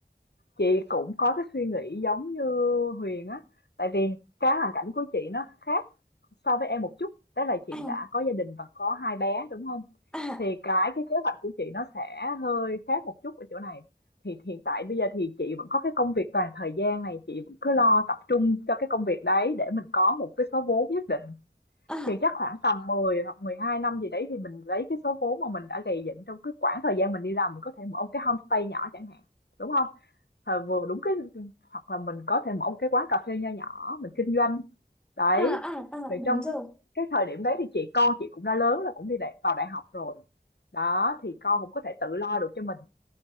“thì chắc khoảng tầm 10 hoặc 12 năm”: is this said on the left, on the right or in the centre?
Left